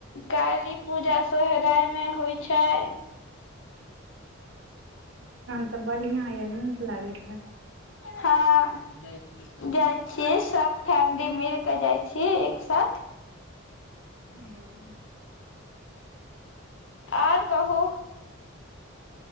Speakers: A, on the left; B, on the right.
A: काली पूजा सै ओदाय मे होइ छयै।
B: तहन त बढ़ियाँ यए नीक लागैत हैत।
A: हँ। जाइ छीयै सब फैमिली मिल क जाइ छीयै एक साथ।
B: हम्म।
A: ओर कहूं।